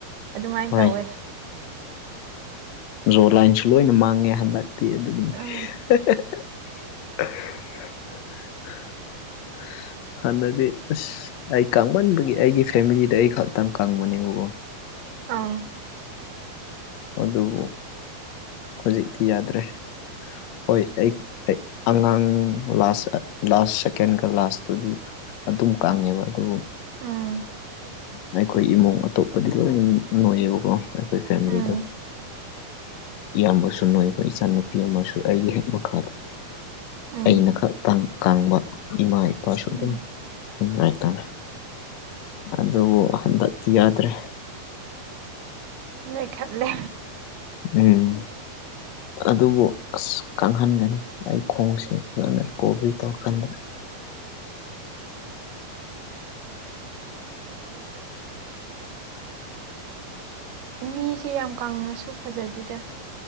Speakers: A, on the right (about 85°); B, on the left (about 80°).
A: ꯑꯗꯨꯃꯥꯏꯅ
B: ꯍꯣꯏ
A: ꯇꯧꯋꯦ
B: ꯍꯣꯏ ꯔꯖꯣ ꯂꯥꯏꯟꯁꯨ ꯂꯣꯏꯅ ꯃꯥꯡꯉꯦ ꯍꯟꯗꯛꯇꯤ ꯑꯗꯨꯒꯤꯅꯤ
A: ꯎꯝ
B: <unintelligible> ꯍꯥꯟꯅꯗꯤ ꯑꯁ ꯑꯩ ꯀ ꯀꯥꯡꯃꯟꯕꯒꯤ ꯑꯩꯒꯤ ꯐꯦꯃꯤꯂꯤꯗ ꯑꯩ ꯈꯛꯇꯪ ꯀꯪꯕꯅꯦꯕꯀꯣ
A: ꯑꯥ
B: ꯑꯗꯨꯕꯨ ꯍꯧꯖꯤꯛꯇꯤ ꯌꯥꯗ꯭ꯔꯦ ꯍꯣꯏ ꯑꯩ ꯑꯉꯥꯡ ꯂꯥꯁ ꯂꯥꯁ ꯁꯦꯀꯦꯟꯒ ꯂꯥꯁꯇꯨꯗꯤ ꯑꯗꯨꯝ ꯀꯪꯉꯦꯕ ꯑꯗꯨꯕꯨ
A: ꯎꯥ
B: ꯑꯩꯈꯣꯏ ꯏꯃꯨꯡ ꯑꯇꯣꯞꯄꯗꯤ ꯂꯣꯏꯅ ꯅꯣꯏꯌꯦꯕꯀꯣ ꯑꯩꯈꯣꯏ ꯐꯦꯃꯤꯂꯤꯗꯣ
A: ꯎꯝ
B: ꯏꯌꯥꯝꯕꯁꯨ ꯅꯣꯏꯕ ꯏꯆꯥꯅꯨꯄꯤ ꯑꯃꯁꯨ ꯑꯩꯒꯤ ꯍꯦꯛ ꯃꯈꯥꯗ
A: ꯎꯝ
B: ꯑꯩꯅ ꯈꯛꯇꯥꯡ ꯀꯥꯡꯕ ꯏꯃꯥ ꯏꯄꯥꯁꯨ
A: ꯎꯝ
B: ꯑꯗꯨꯝꯝ ꯂꯥꯏ ꯇꯝꯃꯦ ꯑꯗꯨꯕꯨ ꯍꯟꯗꯛꯇꯤ ꯌꯥꯗ꯭ꯔꯦ
A: ꯏꯈꯥꯂꯦ
B: ꯎꯝ ꯑꯗꯨꯕꯨ ꯑꯁ ꯀꯪꯍꯟꯒꯅꯤ ꯑꯩ ꯈꯣꯡꯁꯦ ꯐꯖꯅ ꯔꯤꯀꯣꯚꯔꯤ ꯇꯧꯔꯀꯥꯟꯗ
A: ꯃꯤꯁꯦ ꯌꯥꯝ ꯀꯪꯉꯁꯨ ꯐꯖꯗꯦꯗ